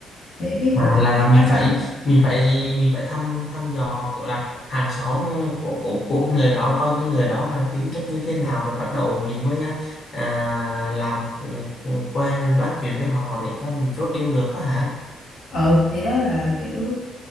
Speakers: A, on the left (about 80°); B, on the left (about 45°).
A: để biết
B: à
A: được
B: là là
A: tính
B: mình
A: cách
B: phải
A: đó
B: mình phải mình phải thăm thăm dò kiểu là hàng xóm của của của cái người đó coi cái người đó là tính cách như thế nào rồi bắt đầu mình mới à, à, làm ừ, ừ, quen bắt chuyện với họ để cho mình chốt deal được đó hả
A: ừ thì đó là kiểu